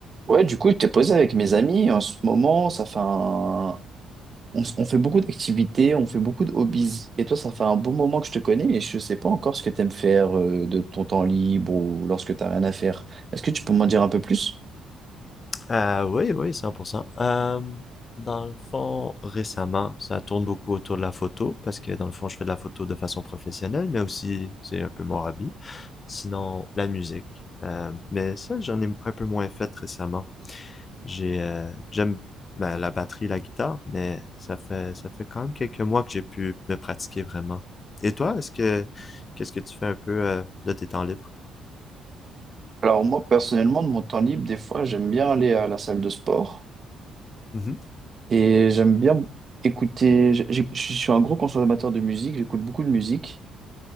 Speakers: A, on the right; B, on the left.
A: Ouais, du coup, je t'ai posé avec mes amis. En ce moment, ça fait un... on, s- on fait beaucoup d'activités, on fait beaucoup de hobbies. Et toi, ça fait un bon moment que je te connais et je ne sais pas encore ce que tu aimes faire euh, de ton temps libre ou lorsque tu n'as rien à faire. Est-ce que tu peux m'en dire un peu plus?
B: Euh, oui, oui, 100%. Euh, dans le fond, récemment, ça tourne beaucoup autour de la photo, parce que dans le fond, je fais de la photo de façon professionnelle, mais aussi, c'est un peu mon hobby. Sinon, la musique. Euh, mais ça, j'en ai un peu moins fait récemment. J'ai, euh, j'aime ben, la batterie, la guitare, mais ça fait, ça fait quand même quelques mois que j'ai pu me pratiquer vraiment. Et toi, est-ce que, qu'est-ce que tu fais un peu euh, de tes temps libres?
A: Alors moi, personnellement, de mon temps libre, des fois, j'aime bien aller à la salle de sport
B: Mhm,
A: et j'aime bien écouter... Je, je- je suis un gros consommateur de musique, j'écoute beaucoup de musique.